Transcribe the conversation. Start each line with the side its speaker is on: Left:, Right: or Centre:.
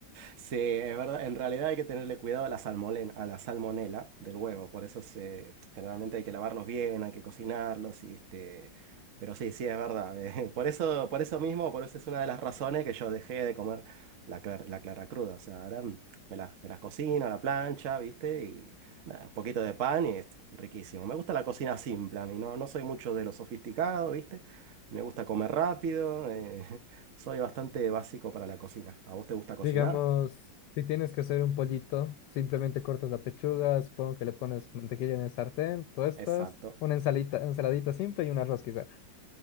Right: Sí, es verdad. En realidad hay que tenerle cuidado a la salmolen- a la salmonela del huevo. Por eso se, generalmente hay que lavarlos bien, hay que cocinarlos. Y este, pero sí, sí, es verdad. <laughs> eh, por eso, por eso mismo, por eso es una de las razones que yo dejé de comer la, clar- la clara cruda. O sea, ahora mm, me las, me las cocino a la plancha, ¿viste? Y nada, un poquito de pan y es riquísimo. Me gusta la cocina simple a mí, ¿no? No soy mucho de lo sofisticado, ¿viste? Me gusta comer rápido. eh, <laughs> soy bastante básico para la cocina. ¿A vos te gusta cocinar?
Left: Digamos, si tienes que hacer un pollito, simplemente cortas la pechuga, supongo que le pones mantequilla en el sartén, tuestas,
Right: Exacto.
Left: una ensalita, ensaladita simple y un arroz quizá.